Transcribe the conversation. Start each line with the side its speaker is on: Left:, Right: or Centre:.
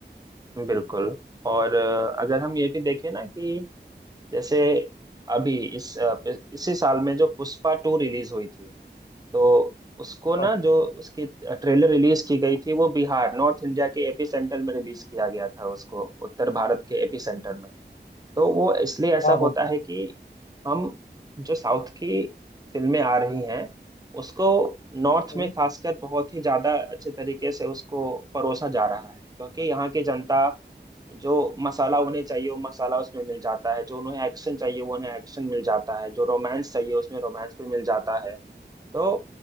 Right: बिल्कुल और अ, अगर हम ये भी देखें ना कि जैसे अभी इस अ, इसी साल में जो पुष्पा टू रिलीज हुई थी तो उसको ना
Left: हाँ
Right: जो उसकी ट्रेलर रिलीज की गई थी वो बिहार नॉर्थ इंडिया के एपी सेंटर में रिलीज किया गया था उसको उत्तर भारत के एपी सेंटर में तो वो इसलिए ऐसा
Left: हाँ हाँ
Right: होता है कि हम जो साउथ की फिल्में आ रही हैं उसको नॉर्थ
Left: हम्म,
Right: में खासकर बहुत ही ज्यादा अच्छे तरीके से उसको परोसा जा रहा है क्योंकि यहाँ की जनता जो मसाला उन्हें चाहिए वो मसाला उसमें मिल जाता है जो उन्हें एक्शन चाहिए वो उन्हें एक्शन मिल जाता है जो रोमांस चाहिए उसमें रोमांस भी मिल जाता है तो